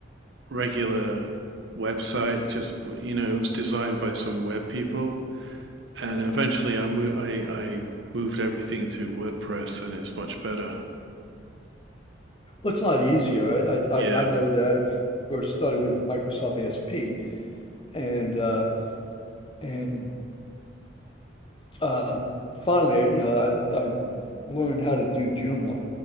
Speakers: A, on the right; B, on the left.
A: regular website. Just you know, it was designed by some web people, and eventually I moved. I I moved everything to WordPress, and it's much better.
B: Well, it's a lot easier. I
A: Yeah.
B: I I I know that I first started with Microsoft ASP, and uh, and um, finally, you know, I I learned how to do Joomla.